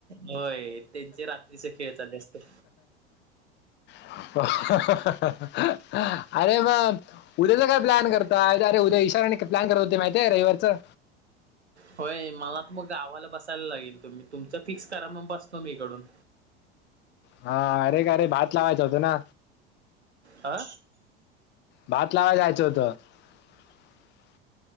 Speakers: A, on the right; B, on the left.
A: होय त्यांचे रात्रीचे खेळ चालले असतील.
B: हा हाहा हह हाह अरे म उद्याचा काय प्लॅन करताय अरे उदया प्लॅन करत होते माहिती आहे रविवारचं.
A: होय मला त मग गावाला बसायला लागेल तुम्ही तुमच फिक्स करा मग बसतो मी इकडून
B: हा अरे कारे भात लावायच होत ना
A: अ
B: भात लावाय जायचं. <unintelligible>